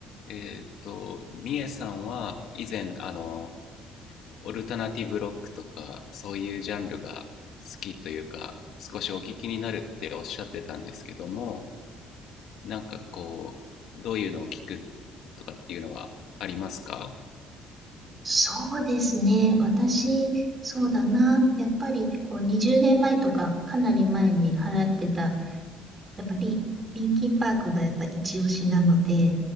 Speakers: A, on the left; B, on the right.
A: えっと、みえさんは以前、あの、オルタナティブロックとか、そういうジャンルが好きというか、少しお聞きになるっておっしゃってたんですけども、なんかこう、どういうのを聞くとかっていうのはありますか
B: そうですね。私、そうだな。やっぱりこう20年前とか、かなり前に払ってた、やっぱりリンキンパークがやっぱ一押しなので、